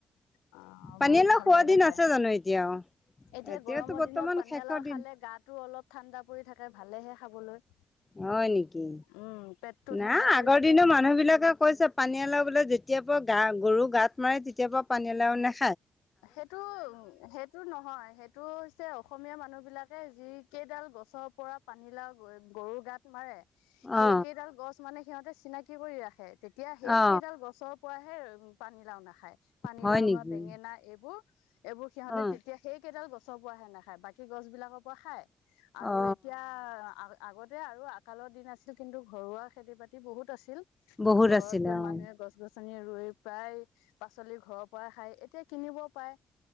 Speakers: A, on the left; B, on the left.
A: অ
B: পানীলাও
A: বহুত ভাল
B: খোৱা
A: লাগে
B: দিন
A: খাই
B: আছে জানো এতিয়াও?
A: এতিয়া
B: এতিয়াতো
A: গৰমৰ
B: বৰ্তমান
A: দিনত পানী
B: শেষৰ
A: অলাও
B: দিন
A: খালে গা টো অলপ ঠাণ্ডা পৰি থাকে ভালেহে খাবলৈ
B: হয় নেকি
A: উম পেটটো
B: না
A: ঠাণ্ডা পৰি
B: আগৰ
A: থাকে
B: দিনৰ মানুহ বিলাকে কৈছে পানী এল বোলে যেতিয় পৰা গা গৰু গাত মাৰে <unintelligible> কেতিয়া পৰা পানীলাও নাই <unintelligible>
A: সেইটো সেইটো নহয় সেইটো হৈছে অসমীয়া মানুহ বিলাক যি কেইডাল গছৰ পৰা পানী লাও গৰুৰ গা ধূৱাই সেই
B: অ
A: কেইডাল গছ <unintelligible> মানে সিহঁতে চিনাকি কৰি ৰাখে তেতিয়া সেই
B: অ
A: কেইডাল গছৰ পৰাহে উ পানী লাও নাখায় <unintelligible> পানীলাও
B: হয় নেকি
A: বা বেঙেনা এইবোৰ এইবোৰ সিহঁতে
B: অ
A: তেতিয়া সেই কেইডাল গছৰ পৰাহে নাখায় বাকী গছ বিলাকৰ পৰা খায় আৰু
B: অ
A: এতিয়া আ আগতে আৰু আকালৰ দিন আছিল কিন্তু ঘৰুৱা খেতি বাতি বহুত আছিল
B: বহুত
A: ঘৰত
B: আছিলে অ
A: মানুহে গছ গছনি আৰু প্ৰায় পাচলি ঘৰৰ পৰা খাই এতিয়া কিনিব পাই